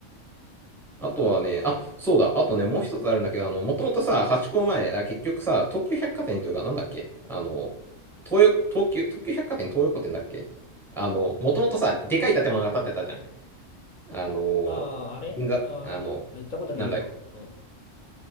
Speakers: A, in the centre; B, on the left (about 55°).
A: あとはね、あ、そうだ、あとね、もう一つあるんだけど、あの、もともとさ、ハチ公前、あ結局さ、東急百貨店というか、なんだっけあの、東横、東急、東急百貨店東横店だっけあの、もともとさ、でかい建物が建ってたじゃん。あの、
B: <laughs> ああ、あれああー、
A: 銀座、あの、
B: 行ったことないけど、
A: なんだ、
B: うん。